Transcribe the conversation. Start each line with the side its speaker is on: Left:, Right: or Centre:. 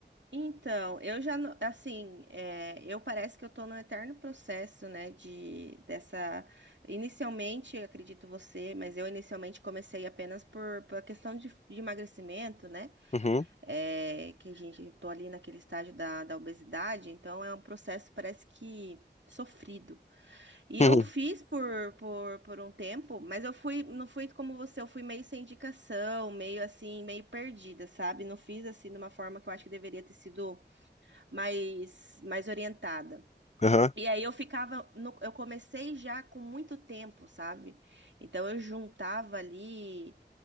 Right: Então, eu já, não- assim, é, eu parece que eu tô no eterno processo, né, de, dessa, inicialmente, eu acredito você, mas eu inicialmente comecei apenas por, por questão de, de emagrecimento, né,
Left: Uhum.
Right: é, que, gente, eu tô ali naquele estágio da, da obesidade, então é um processo, parece que, sofrido. E
Left: Uhum.
Right: eu fiz por, por, por um tempo, mas eu fui, não fui como você, eu fui meio sem indicação, meio assim, meio perdida, sabe? Não fiz assim de uma forma que eu acho que deveria ter sido mais, mais orientada.
Left: Aham.
Right: E aí eu ficava, no- eu comecei já com muito tempo, sabe? Então eu juntava ali